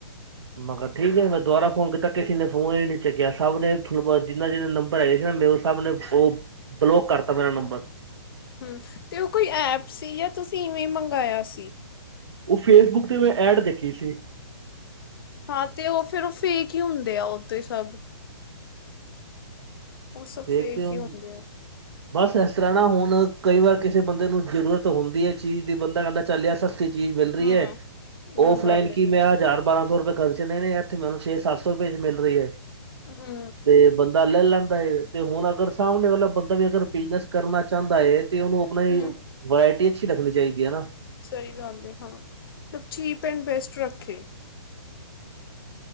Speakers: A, on the right (about 70°); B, on the left (about 55°).
A: ਮੈਂ ਕਾ ਠੀਕ ਐ ਬਈ, ਦੁਬਾਰਾ ਫੋਨ ਕੀਤਾ ਕਿਸੇ ਨੇ ਫੋਨ ਈ ਨੀ ਚਕਿਆ। ਸਭ ਦੇ ਥਾਨੂੰ ਪਤਾ, ਜਿੰਨਾ ਜਿੰਨਾ ਨੰਬਰ ਹੈਗੇ ਸੀ ਨਾ ਮੇਰੇ ਕੋਲ ਸਬਨੇ ਬੋ-ਬਲੋਕ ਕਰਤਾ ਮੇਰਾ ਨੰਬਰ।
B: ਹੰ! ਤੇ ਓ ਕੋਈ ਐਪ ਸੀ ਯਾ ਤੁਸੀਂ ਇਵੇਂ ਮੰਗਾਯਾ ਸੀ।
A: ਓ ਫੇਸਬੁੱਕ ਤੇ ਮੈਂ ਐਡ ਦੇਖੀ ਸੀ।
B: ਹਾਂ! ਤੇ ਓ ਫੇਰ ਓ ਫੇਕ ਹੀ ਹੁੰਦੇ ਆ ਓ ਤੇ ਸਭ। ਉਹ ਸਭ
A: ਫੇਕ ਕਯੋਂ?
B: ਹੀ ਹੁੰਦੇ ਆ
A: ਬਸ ਐਸ ਤਰ੍ਹਾਂ ਨਾ ਹੁਣ ਕਈ ਵਾਰ ਕਿਸੇ ਬੰਦੇ ਨੂੰ ਜਰੂਰਤ ਹੁੰਦੀ ਹੈ ਚੀਜ਼ ਦੀ ਬੰਦਾ ਕੈਂਦਾ ਚੱਲ ਯਾਰ ਸਸ ਸਤੀ ਚੀਜ਼ ਮਿਲ ਰਈ
B: ਹਮ
A: ਐ।
B: ਮੈਂ
A: ਔਫਲਾਈਨ
B: ਕਰ ਲੈਂਦੇ
A: ਕੀ ਮੈਂ ਹਜ਼ਾਰ ਬਾਰਾਂ ਸੌ ਰੁਪਏ ਖਰਚ ਕਰਨੇ ਨੇ, ਐਥੇ ਮੈਨੂੰ ਛੇ-ਸਤ ਸੌ ਰਪਏ ਚ ਮਿਲ ਰੀ ਐ।
B: ਹੂੰ।
A: ਤੇ ਬੰਦਾ ਲੈ ਲੈਂਦਾ ਏ। ਤੇ ਹੁਣ ਅਗਰ ਸਾਮਣੇ ਵਾਲਾ ਬੰਦਾ ਵੀ ਅਗਰ ਬਿਜਨਸ ਕਰਨਾ ਚਾਂਦਾ ਏ ਤੇ ਓਨੂੰ ਅਪਣੇ
B: ਹਮ
A: ਵਰਾਇਟੀ ਅੱਛੀ ਰਖਨੀ ਚਈਦੀ ਏ ਨਾ।
B: ਸਹੀ ਗੱਲ ਏ, ਹਾਂ। ਮਲਬ ਚੀਪ ਐਂਡ ਬੈਸਟ ਰੱਖੇ।